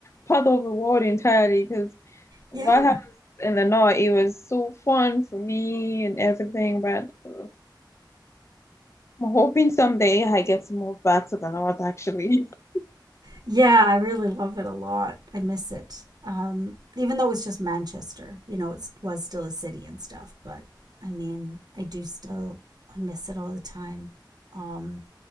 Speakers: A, on the left; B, on the right.
A: part of the world entirely because what
B: Yeah.
A: happens in the north, it was so fun for me and everything, but uh, I'm hoping someday I get to move back to the north actually. <laughs>
B: Yeah, I really love it a lot. I miss it. Um, even though it's just Manchester, you know, it was still a city and stuff. But I mean, I do still, I miss it all the time. Um,